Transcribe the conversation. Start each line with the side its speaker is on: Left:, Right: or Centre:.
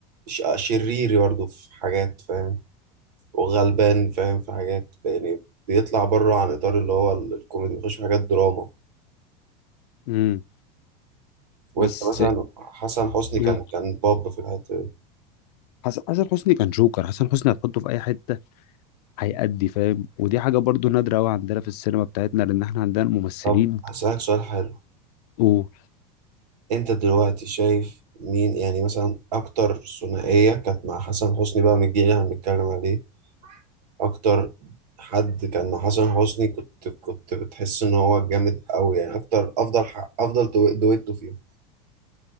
Right: ش- شرير برضه في حاجات فاهم وغلبان فاهم في حاجات يعني بيطلع بره عن اطار اللي هو ال- الكوميدي بيخش في حاجات دراما
Left: امم
Right: وانت
Left: بس
Right: مثلا حسن حسني
Left: مم.
Right: كان كان باب في الحته دي
Left: حسن حسن حسني كان جوكر حسن حسني هتحطه في اي حته هيأدي فاهم ودي حاجه برضو نادره قوي عندنا في السينما بتاعتنا لان احنا عندنا الممثلين
Right: طب هسألك سؤال حلو
Left: وانا
Right: انت دلوقتي شايف مين يعني مثلا اكتر ثنائيه كانت مع حسن حسني بقى من الجيل اللي احنا بنتكلم عليه اكتر حد كان مع حسن حسني كنت كنت بتحس ان هو جامد قوي يعني اكتر افضل ح- افضل دو- دويتو فيهم